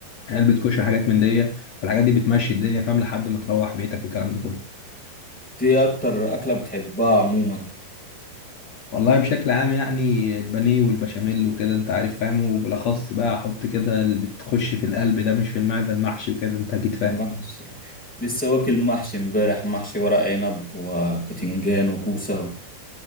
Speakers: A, on the left; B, in the centre.
A: علبه كشري حاجات من دي فالحاجات دي بتمشي الدنيا فاهم لحد ما تروح بيتك والكلام ده كله
B: ايه اكتر اكلة بتحبها عموما
A: والله بشكل عام يعني البانيه والبشاميل وكده انت عارف فاهم وبالاخص بقى احط كده اللي بتخش في القلب ده مش في المعده المحشي وكده انت اكيد فاهم
B: المحشي لسه واكل محشي امبارح محشي ورق عنب وبتنجان وكوسة